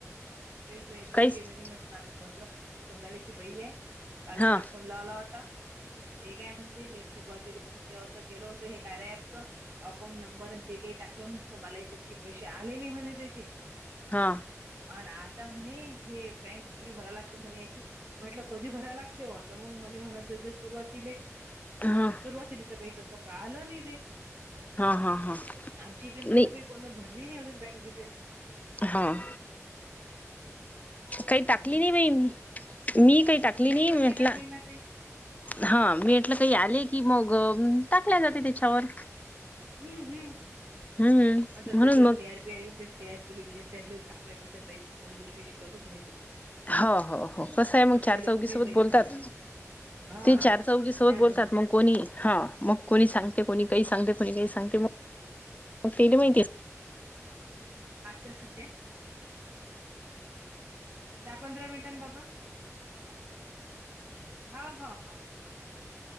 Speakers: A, on the right (about 65°); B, on the left (about 30°).
A: तेच काही
B: काहीच
A: के जणी म्ही <unintelligible> भरलं सोधाळची बई आहे. काल
B: हा
A: तिथे फोन लावला होता. ते काय म्हणते मी सुरुवातीला म्हणते असं केलं होतं हे कार्या ॲप्सच. अकाउंट नंबर ते काही टाकलो नसतो मला याच्यात की पैसे आले नाही म्हणे त्याचे.
B: हा.
A: अ ना आता म्हणे हे बँक भराय लागते म्हणे याची म्हटलं कधी भराय लागते होत तर मग मले म्हणत ज जर सुरवातीले
B: हा
A: आलं सुरुवातला तर काही तस आल नाही
B: हा हा हा
A: आमची इकडे
B: नाही
A: म्हतलब कोण भरली नाही अजून बँक डिटेल.
B: हां. काही
A: काय
B: टाकली
A: माहिती
B: नाही बाई मी मी काही टाकली
A: मी
B: नाही
A: पण
B: म्हटलं
A: टाकली ना ताई
B: हा मी म्हटलं काही आले की मग टाकल्या जाते त्याच्यावर.
A: हम्म हम्
B: हम्म
A: मग तस
B: म्हणून
A: ते
B: मग
A: सिआर च <unintelligible> आपल्यापेक्षा दोन गोष्टील्लकच माहिती
B: हो हो हो कसं आहे मग
A: आपल्याला
B: चार चौघी
A: कमी
B: सोबत
A: माहित
B: बोलतात.
A: राहते हा
B: ती चार चौघी सोबत
A: त्याजन्य
B: बोलतात मंग कोणी ह मग कोणी सांगते, कोणी काही सांगते कोणी काही सांगते मग. मग तेले माहिती
A: आता सध्या दहा पंधरा मिनिटांन बाबा हा हा हा.